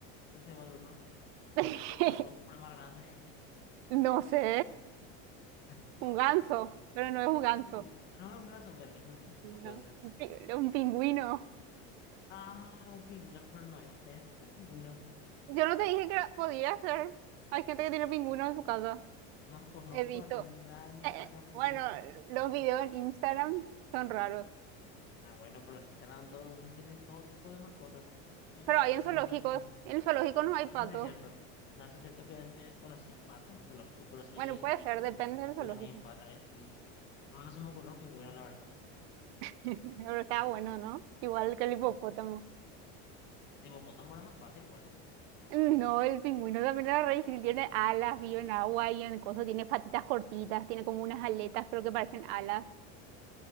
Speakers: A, on the left; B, on the right.
A: ¿Cómo se llama el otro? El
B: <laughs>
A: que pareció al pato, pero es más grande.
B: No sé,
A: <laughs>
B: un ganso,
A: No,
B: pero no es un ganso.
A: sí, no es un ganso, me rindo entonces, no puede
B: No,
A: ser.
B: un pi- un pingüino.
A: Ah, un pingüino, pero no es doméstico un pingüino.
B: Yo no te dije que era- podía ser. Hay gente que tiene pingüinos en su casa.
A: No conozco
B: He visto.
A: a nadie
B: Eh,
A: que tenga pingüino
B: bueno,
A: en casa.
B: los videos en Instagram son raros,
A: Ah, bueno, pero en Instagram todo el mundo tiene todo tipo de mascotas en,
B: pero hay
A: en,
B: en zoológicos.
A: en su casa.
B: En el zoológico no hay
A: Eso
B: patos.
A: sí es cierto. No, eso es cierto que, en- eh, bueno, sí hay patas, no es lógico, pero sí
B: Bueno, puede ser,
A: es
B: depende
A: cierto que pingüinos
B: del zoológico.
A: hay en patas, eh, sí es cierto. No, no se me ocurrió pingüino, la verdad.
B: <laughs> Pero está bueno, ¿no? Igual que el hipopótamo.
A: El hipopótamo era más fácil,
B: No, el pingüino también era re difícil. Tiene alas, vive en agua y en cosas. Tiene patitas cortitas, tiene como unas aletas, creo que parecen alas.